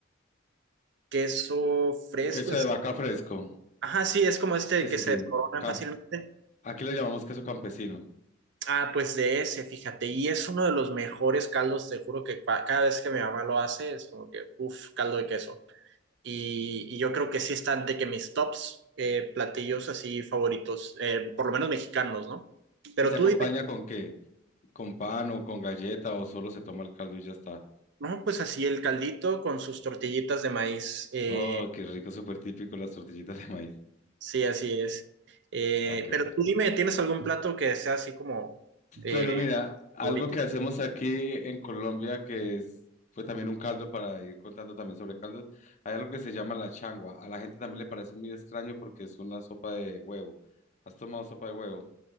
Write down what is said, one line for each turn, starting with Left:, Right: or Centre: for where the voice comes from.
Right: queso fresco,
Left: Queso
Right: es...
Left: de vaca fresco.
Right: Ajá, sí, es como este
Left: Sí, sí,
Right: que se
Left: sí.
Right: desmorona
Left: Ca-
Right: fácilmente.
Left: Aquí lo llamamos queso campesino.
Right: Ah, pues de ese, fíjate, y es uno de los mejores caldos, te juro que pa- cada vez que mi mamá lo hace, es como que, uff, caldo de queso. Y, y yo creo que sí están de que mis tops eh, platillos así favoritos, eh, por lo menos mexicanos, ¿no? Pero
Left: ¿Y se
Right: tú
Left: acompaña
Right: dime,
Left: con qué? ¿Con pan o con galleta o solo se toma el caldo y ya está?
Right: no, pues así el caldito con sus tortillitas de maíz. eh,
Left: Oh, qué rico, súper típico las tortillitas de maíz.
Right: sí, así es. Eh,
Left: Ah, qué-
Right: pero tú dime, ¿tienes algún plato que sea así como eh,
Left: Pero mira, algo
Right: favorito?
Left: que hacemos aquí en Colombia que es pues también un caldo para ir contando también sobre caldos, hay algo que se llama la changua. A la gente también le parece muy extraño porque es una sopa de huevo. ¿Has tomado sopa de huevo